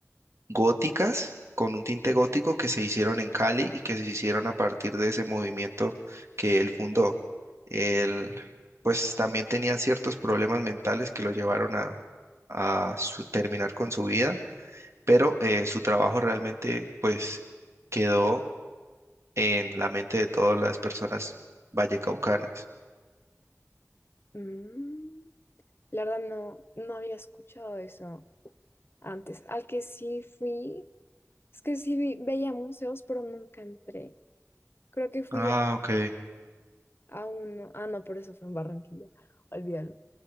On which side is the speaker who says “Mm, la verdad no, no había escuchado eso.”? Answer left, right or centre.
Left